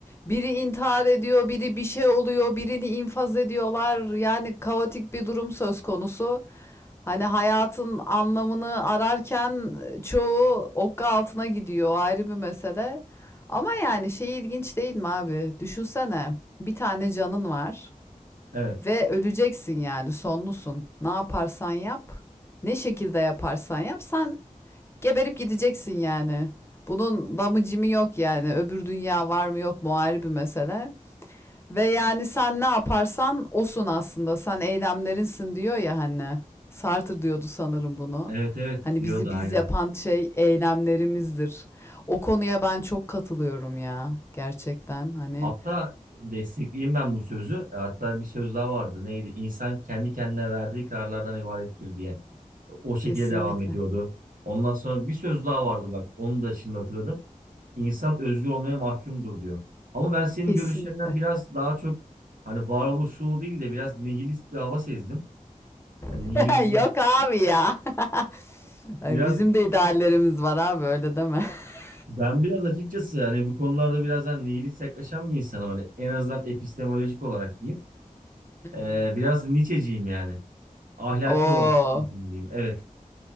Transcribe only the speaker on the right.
Evet.
Evet evet
diyordu
aynen.
Hatta destekleyeyim ben bu sözü. E, Hatta bir söz daha vardı. Neydi? İnsan kendi kendine verdiği kararlardan ibarettir diye. O şekilde
devam ediyordu. Ondan sonra bir söz daha vardı bak. Onu da şimdi hatırladım. İnsan özgür olmaya mahkumdur diyor. Ama ben senin
görüşlerinden biraz daha çok hani varoluşçu değil de biraz nihilist bir hava sezdim. Yani
nihilizm
<laughs> biraz
ben biraz açıkçası hani bu konularda biraz hani nihilist yaklaşan bir insanım. Hani en azından epistemolojik olarak diyeyim.
Ee, biraz Nietzsche'ciyim yani. Ahlaki
olarak Nietzsche'ciyim diyeyim. Evet.